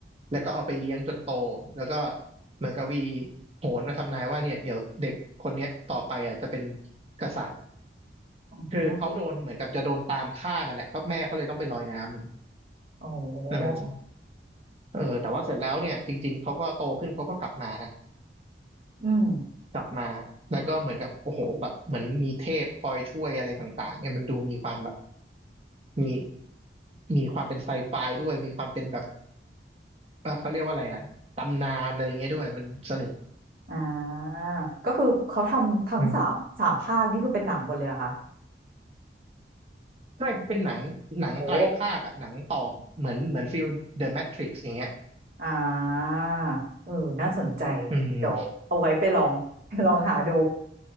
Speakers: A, on the right (about 35°); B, on the right (about 55°).
A: แล้วก็เอาไปเลี้ยงจนโตแล้วก็เหมือนกับวีโหนมาทำนายว่าเนี่ยเดี๋ยวเด็กคนเนี้ยต่อไปอ่ะจะเป็นกษัตริย์
B: อืม
A: คือเขาโดนเหมือนกับจะโดนตามฆ่านั่นแหละก็แม่เขาเลยต้องไปลอยน้ำนี่
B: โอ้โห
A: เออเออแต่ว่าเสร็จแล้วเนี่ยจริงๆเขาก็โตขึ้นเขาก็กลับมานะ
B: อืม
A: กลับมาแล้วก็เหมือนกับโอ้โหแบบเหมือนมีเทพคอยช่วยอะไรต่างๆเนี่ยมันดูมีความแบบมีมีความเป็นไซไฟด้วยมีความเป็นแบบเอ่อเขาเรียกว่าอะไรอะตำนานอะไรเงี้ยด้วยมันสนุก
B: อ่าก็คือเขาทำทั้งสามสามภาคนี่คือเป็นหนังหมดเลยเหรอะคะ
A: อืมใช่เป็นหนังหนังไตรภาคอะหนังต่อเหมือนเหมือนฟิลเดอะแมทริกซ์อย่างเงี้ย
B: โอ้อ่าเออน่าสนใจ
A: อืม
B: เดี๋ยวเอาไว้ไปลอง <laughs> ลองหาดู